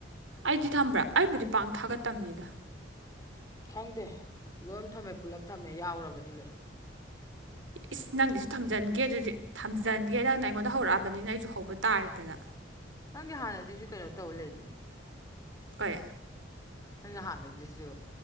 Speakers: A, on the right; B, on the left.
A: ꯑꯩꯗꯤ ꯊꯝꯕ꯭ꯔꯥ ꯑꯩꯕꯨꯗꯤ ꯄꯥꯡ ꯊꯥꯒꯠꯇꯕꯅꯤꯗ
B: ꯈꯪꯗꯦ ꯂꯣꯏ ꯊꯝꯃꯦ ꯄꯨꯂꯞ ꯊꯝꯃꯦ ꯌꯥꯎꯔꯕꯅꯤ ꯂꯣꯏꯅ
A: ꯏꯁ ꯅꯪꯒꯤꯁꯨ ꯊꯝꯖꯟꯒꯦ ꯑꯗꯨꯗꯤ ꯊꯝꯖꯤꯟꯒꯦ ꯅꯪꯅ ꯑꯩꯉꯣꯟꯗ ꯍꯧꯔꯛꯑꯕꯅꯤꯅ ꯑꯩꯁꯨ ꯍꯧꯕ ꯇꯥꯔꯦꯗꯅ
B: ꯅꯪꯒꯤ ꯍꯥꯟꯅꯗꯤꯁꯨ ꯀꯩꯅꯣ ꯇꯧꯕ ꯂꯩ ꯑꯗꯨꯗꯤ
A: ꯀꯣꯏ
B: ꯅꯪ ꯍꯥꯟꯅꯗꯁꯨ